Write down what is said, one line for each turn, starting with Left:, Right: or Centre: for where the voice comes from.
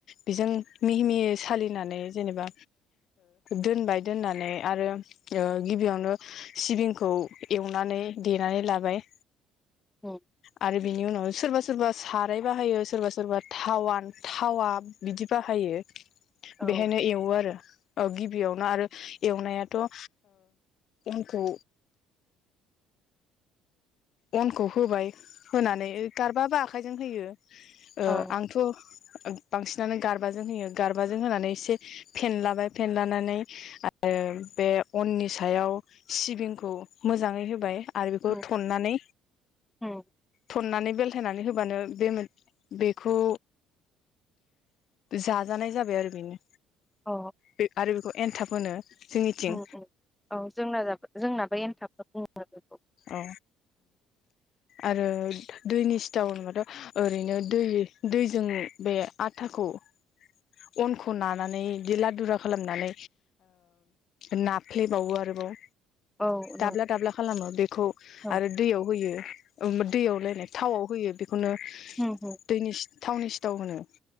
Left: बेजों मिहि मिहियै सालिनानै जेनेबा दोनबाय दोननानै आरो गिबियावनो सिबिंखौ एवनानै देनानै लाबाय।
Centre: औ।
Left: आरो बिनि उनाव सोरबा सोरबा साराय बाहायो सोरबा सोरबा थावान थावा बिदि बाहायो।
Centre: औ
Left: बेहायनो एवो आरो बियावनो आरो एवनायाथ' ओ अनखौ अनखौ होबाय होनानै गारबाबा आखाइजों होयो। ओ
Centre: औ
Left: आंथ' बांसिनानो गारबाजों होयो गारबाजों होनानै एसे फेनलाबाय फेनलानानै आरो बे अननि सायाव सिबिंखौ मोजाङै होबाय। आरो बेखौ
Centre: उम
Left: थननानै
Centre: उम
Left: थननानै बेलथायनानै होबानो बे बेखौ जाजानाय जाबाय आरो बेनो
Centre: अ
Left: बे आरो बेखौ एनथाब होनो जोंनिथिं
Centre: औ औ जोंना जोंनाबो एनथाब। <inaudible>
Left: औ आरो दैनि सिथाव होनबाथ' ओरैनो दै दैजों बे आथाखौ अनखौ नानानै बिदि लादुरा खालामनानै नाफ्लेबावो आरोबाव।
Centre: औ नंगौ
Left: दाब्ला दाब्ला खालामो बेखौ
Centre: औ
Left: आरो दैयाव होयो दैयाव लायनो थावआव होयो बेखौ खौनो
Centre: उम उम
Left: दैनि थावनि सिथाव होनो।